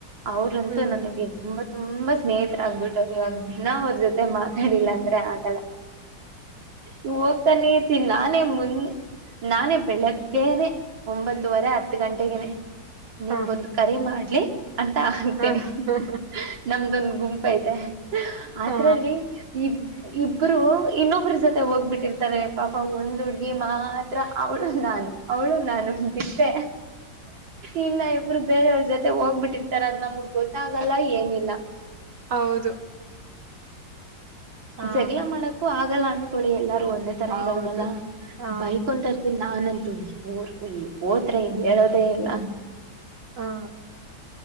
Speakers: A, on the right (about 80°); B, on the right (about 60°).
A: ಅವ್ರಂತೂ
B: ಹ್ಮ್
A: ನನಗೆ ತುಂಬಾ ತುಂಬಾ ಸ್ನೇಹಿತರ ಆಗ್ಬಿಟ್ಟರು ಇವಾಗ ದಿನಾ ಅವ್ರ ಜೊತೆ ಮಾತಾಡಿಲ್ಲ ಅಂದ್ರೆ- ಆಗಲ್ಲ ನೀ ಹೋಗ್ತಾನೆ ಇರ್ತೀಿನಿ ನಾನು ಅರೆ ಮುನ್ ನಾನೇ ಬೆಳಗ್ಗೆನೆ ಒಂಬತ್ತುವರೆ ಹತ್ತು ಗಂಟೆಗನೆ ನಿಮಗೊಂದು
B: ಹ
A: ಕರೆ ಮಾಡಿ ಅಂತ ಹಗ್ತೀನಿ
B: ಹ
A: ನಮ್ದೊಂದು ಗುಂಪ ಐತೆ ಅದ್ರಲ್ಲಿ
B: ಹಾ
A: ಈ ಇಬ್ರು ಇನ್ನೊಬ್ರ ಜೊತೆ ಹೋಗ್ಬಿಟ್ಟಿರ್ತಾರೆ ಪಾಪ ಒಂದ್ ಹುಡ್ಗಿ ಮಾತ್ರ ಅವಳ ನಾನು ಅವಳು ನಾನು ಮತ್ತೆ ಇಬ್ಬರೇ ಇನ್ನ ಇಬ್ಬರ ಬೇರೆಯವ್ರ ಜೊತೆ ಹೋಗ್ಬಿಟ್ಟಿರ್ತಾರ ಅದು ನಮಗ್ ಗೊತ್ತಾಗಲ್ಲ ಏನಲ್ಲ ಅಲ್ಲ
B: ಹೌದು ಹಾ
A: ಜಗಳ್ ಮಾಡಕ್ಕು ಆಗಲ್ಲ ಅನ್ಕ ಕೊಳಿ ಎಲ್ಲ- ಒಂದೇ ತರ
B: ಹೌದು
A: ಇರಲ್ವಲ್ಲ
B: ಹಾ
A: ಬೈಕ್ ಅಂತ ಇರ್ತನಿ ನಾನ ಊರಿಗೆ ಈ ಹೋದ್ರೆ ಹೇಳೋದೇ ಇಲ್ಲ
B: ಹಾ